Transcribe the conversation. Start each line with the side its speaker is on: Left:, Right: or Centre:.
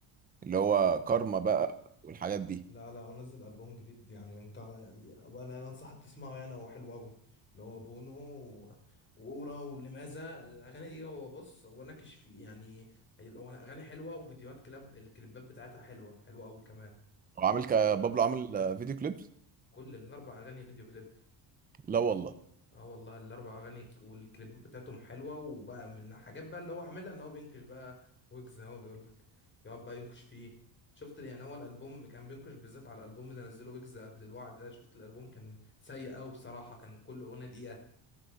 Right: اللي هو كارما بقى والحاجات دي
Left: لا لا هو نزل ألبوم جديد يعني انت يعني أبقى انا انا انصحك تسمعه يعني هو حلو قوي اللي هو بونو و- وأورا ولماذا الأغاني دي هو بص هو ناكش فيه يعني هي الأغ- أغاني حلوة وفيديوهات كلاب الكليبات بتاعتها حلوة حلوة قوي كمان
Right: هو عامل ك... بابلو عامل آه، فيديو كليبس
Left: كل الأربع أغاني فيديو كليب
Right: لا والله
Left: اه والله الاربع اغاني ك- والكليبات بتاعتهم حلوه وبقى من الحاجات بقى اللي هو عاملها ان هو بينكش بقى في ويجز زي ما هو بيقول لك بيقعد بقى ينكش فيه شفت يعني هو الالبوم كان بينكش بالذات على الالبوم اللي نزله ويجز قبل الوعد ده شفت الالبوم كان سيء قوي بصراحه كان كل اغنيه دقيقه